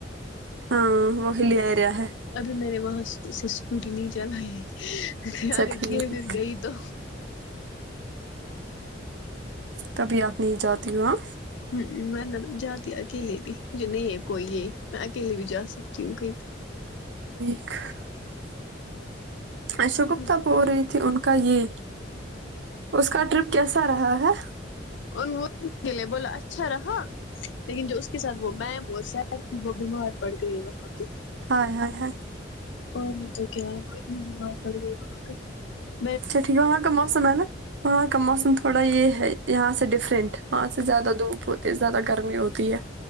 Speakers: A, on the right; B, on the left.
A: ہاں وہ ہی لےیریا ہے
B: ابھی م نے وہاں سے اسکوٹی نہیں چلائی
A: اچھا
B: آ کر
A: ٹھیک
B: پھر گئی تو
A: تبھی آپ نہیں جاتتی ہ آاں
B: ہ من جاتی اکیلے بھی مجھے نہیں ہے کوئی یہ میں اکیلے بھی جا سکتی ہوں کہ
A: ہاں ایشو
B: کہیں
A: گپتا ب ہو رہی تھی ان کو گئیے اس کا ٹرپ کیسا رہا ہے
B: ان وہلے بولا اچھا رہا لیکن جو اس کے ساتھ وہ میم اور سیر تھی وہ بیمار پڑ گئی وہاں پہ
A: ہ ہ
B: ہاں کیا وہ اتنے بیمار پڑ گئے آ
A: اچھا ٹھیک ہے وہاں کا موسم ہے نا وہاں کا موسم تھوڑا یہ ہے یہاں سے ڈفرنٹ وہاں سے زیادہ دھوپ ہوتی ہے زیادہ گرمی ہوتی ہے